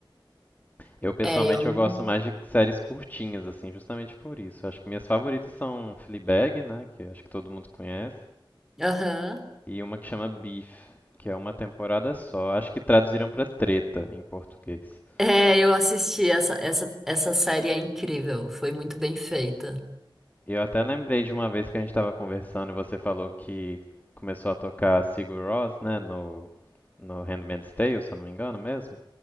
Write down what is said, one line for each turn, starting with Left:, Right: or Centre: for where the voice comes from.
Left: Eu pessoalmente
Centre: É, eu não.
Left: eu gosto mais de séries curtinhas, assim, justamente por isso. Acho que minhas favoritas são Fleabag, né, que acho que todo mundo conhece,
Centre: Aham.
Left: e uma que chama Beef, que é uma temporada só. Acho que traduziram pra Treta em português.
Centre: É, eu assisti essa, essa, essa série é incrível, foi muito bem feita.
Left: Eu até lembrei de uma vez que a gente estava conversando e você falou que começou a tocar Sigur Rós, né, no no Handmaid's Tale, se eu não me engano mesmo.